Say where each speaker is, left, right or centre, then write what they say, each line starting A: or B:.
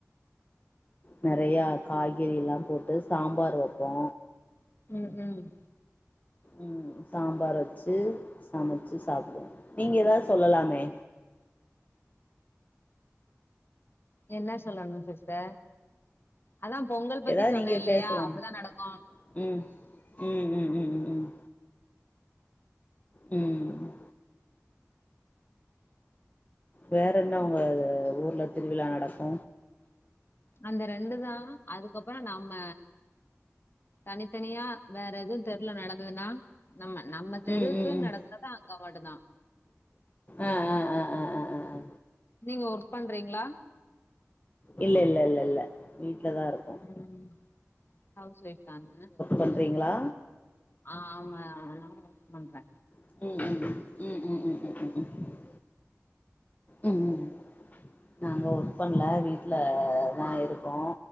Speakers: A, on the left (about 30°); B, on the left (about 45°).
A: நெறயா காய்கறில்லா போட்டு சாம்பார் வப்போ
B: ம் ம்
A: ம் சாம்பார் வச்சு சமைச்சு சாப்புடுவோ நீங்க எதாவது சொல்லலாமே
B: என்ன சொல்லணு சிஸ்ட அதா பொங்கல் பத்தி
A: ஏதாவது
B: சொன்னே
A: நீங்க
B: இல்லயா
A: பேசலாம்
B: அப்டிதா நடக்கு
A: ம் ம் ம் ம் ம் ம் ம் வேற என்ன உங்க இது ஊர்ல திருவிழா நடக்கு
B: அந்த ரெண்டு தா அதுக்கப்புற நம்ம தனித்தனியா வேற எது தெருல நடந்ததுன்னா நம்ம நம்ம தெருக்குன்னு
A: ம் ம் ம்
B: நடக்குறது அங்க மட்டு தா
A: ஆ ஆ ஆ ஆ ஆ ஆ அ
B: நீங்க ஒர்க் பண்றீங்களா
A: இல்ல இல்ல இல்ல இல்ல வீட்ல தா இருக்
B: ம் ஹவுஸ் ஒய்ஃப் தாங்க
A: பண்றீங்ளா
B: ஆ ஆமா நா ஒர்க் பண்றே
A: ம் ம் ம் ம் ம் ம் ம் ம் ம் ம் ம் ம் நாங்க ஒர்க் பண்ல வீட்ல தா இருக்கோ